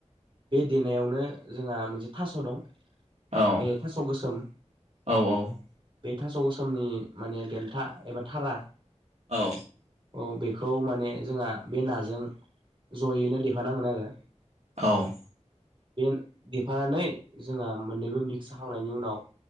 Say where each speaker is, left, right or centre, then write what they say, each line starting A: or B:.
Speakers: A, on the right (about 45°); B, on the right (about 65°).
A: बे देनायावनो जोंहा मोनसे थास' दं।
B: औ,
A: बे थास' गोसोम
B: औ, औ।
A: बे थास' गोसोमनि माने देन्था एबा थारा,
B: औ
A: औ, बे <unintelligible> माने जोंहा बे नाजों जयैनो देफानांगोन आरो।
B: औ।
A: बे देफानानै जोंहा मोननैबो मिक्स जाखांनायनि उनाव